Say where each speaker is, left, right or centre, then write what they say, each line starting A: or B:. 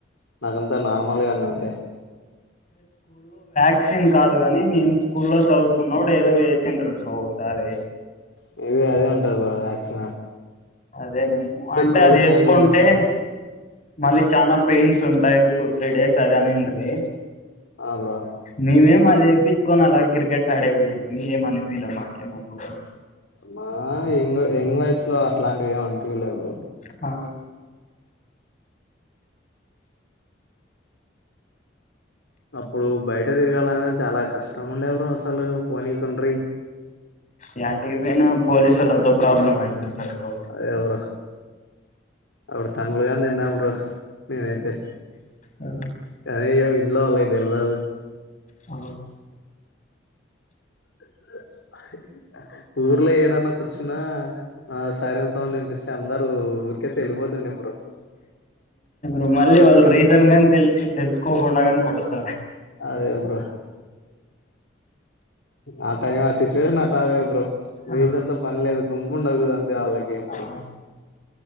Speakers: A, on the left (about 80°); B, on the left (about 40°).
A: నాకంతా నార్మల్ గానే ఉండే
B: వాక్సిన్ కాదుకాని నేన్ స్కూల్లో చదువుతున్నవుడు ఏదో వేసి <unintelligible> ఓసారి
A: మే బీ అదే ఉంటది బ్రో వ్యాక్స్
B: అదే నేను అంటే
A: కోవిడ్
B: అది వేసుకుంటే
A: టైమ్ లో వేసారా
B: మళ్ళీ చానా పెయిన్స్ ఉంటాయ్ టూ త్రీ డేస్ అదే అని ఉంటది
A: ఆ బ్రో
B: మేమేం అదేం ఇప్పించుకొని అలా క్రికెట్ ఆడేకి పోయింటిమి ఏం అనిపిలా మాకేం ఎప్పుడు
A: మా ఎంగ్ ఎంగ్ వయసులో అట్లాంటివి ఏం అనిపిలేదు
B: హా
A: అప్పుడు బయట తిరగాలని చాలా కష్టం ఉండ్యా బ్రో అసలు పోనీకంట్రి
B: యాటికి పోయిన పోలీసుల్లోతో ప్రాబ్లమ్ ఐ ఉన్నతో
A: అదే బ్రో అప్పుడు తన్నులు గాని తిన్నా బ్రో నేనైతే
B: ఆ
A: కానీ ఇంట్లో వాళ్ళకి తెలవదు
B: ఆ
A: <inaudible> ఊర్లో ఏడన్నా కూర్చున్నా ఆ సైరం సౌండ్ వినిపిస్తే అందరు ఊరికైతే వెళ్ళిపోతుండు ఇప్పుడు
B: ఊ మళ్ళి వాళ్ళు రీసన్ గాని తెలిసి తెలుసుకోకుండా కాని కొడతారు
A: అదే బ్రో ఆ టైమ్ ఆ సిట్యుయేషన్ నాకి రాలేదు బ్రో
B: ఆ
A: వేదాంతం పన్లేదు గుంపు ఉండా కదా దళ్ళకే అప్పుడు
B: ఆ